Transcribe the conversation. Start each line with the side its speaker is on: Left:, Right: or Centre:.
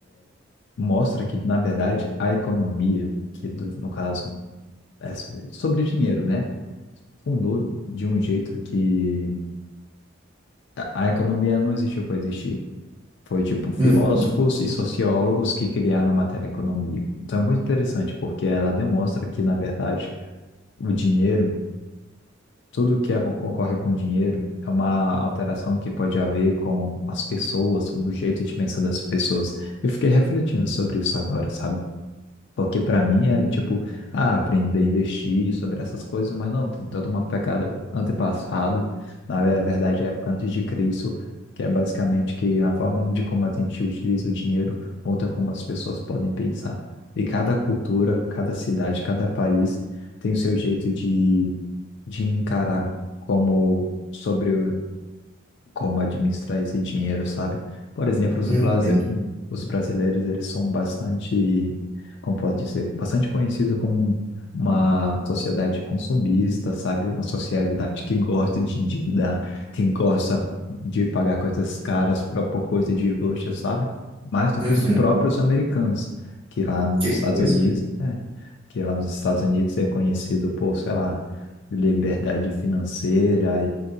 Left: mostra que, na verdade, a economia, que do- no caso é sobre dinheiro, né? Fundou de um jeito que a a economia não existiu para existir. Foi tipo filósofos
Right: <laughs>
Left: e sociólogos que criaram a matéria economia. Então é muito interessante, porque ela demonstra que, na verdade, o dinheiro, tudo que acon- ocorre com o dinheiro, é uma alteração que pode haver com as pessoas, o jeito de pensar das pessoas. Eu fiquei refletindo sobre isso agora, sabe? Porque para mim era tipo, ah, aprender a investir sobre essas coisas, mas não, tem toda uma pegada antepassado, na ve- é verdade, época antes de Cristo, que é basicamente que a forma de como a gente utiliza o dinheiro muda como as pessoas podem pensar. E cada cultura, cada cidade, cada país tem o seu jeito de, de encarar como sobre como administrar esse dinheiro, sabe? Por exemplo, os,
Right: Uhum,
Left: brasi-
Right: Entendo.
Left: os brasileiros, eles são bastante, como posso dizer, bastante conhecidos como uma sociedade consumista, sabe? Uma sociedade que gosta de endividar, que gosta de pagar coisas caras pra- por coisa de luxo, sabe? Mais do
Right: Uhum,
Left: que os próprios americanos, que lá nos
Right: Que
Left: Estados
Right: coisa.
Left: Unidos, né? Que lá nos Estados Unidos é conhecido por, sei lá, liberdade financeira